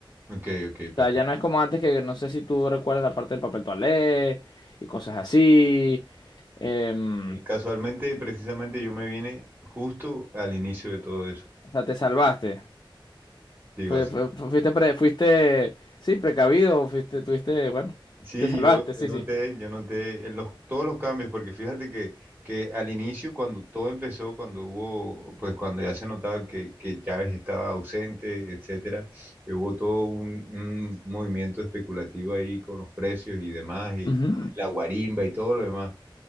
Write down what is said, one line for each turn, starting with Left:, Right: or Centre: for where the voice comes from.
Right: ok, ok, perfecto.
Left: sea, ya no es como antes que no sé si tú recuerdas la parte del papel toalé y cosas así. Em,
Right: Y casualmente, precisamente, yo me vine justo al inicio de todo eso.
Left: o sea, te salvaste.
Right: Sí,
Left: Fue-
Right: básicamente.
Left: fue- fu- fuiste, pre- fuiste, sí, precavido, fuiste, tuviste, bueno,
Right: Sí,
Left: te salvaste,
Right: yo,
Left: sí,
Right: yo noté,
Left: sí.
Right: yo noté eh, los, todos los cambios, porque fíjate que, que al inicio, cuando todo empezó, cuando hubo, pues cuando ya se notaba que, que Chávez estaba ausente, etcétera, que hubo todo un, un movimiento especulativo ahí con los precios y demás, y
Left: Ujú.
Right: la guarimba y todo lo demás.